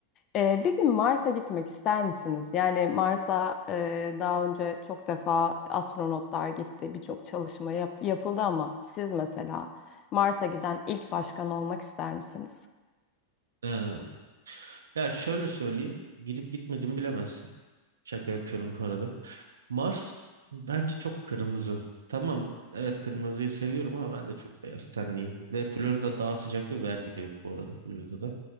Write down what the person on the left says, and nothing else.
E, bir gün Mars'a gitmek ister misiniz? Yani Mars'a e, daha önce çok defa astronotlar gitti, birçok çalışma yap- yapıldı ama siz mesela Mars'a giden ilk başkan olmak ister misiniz?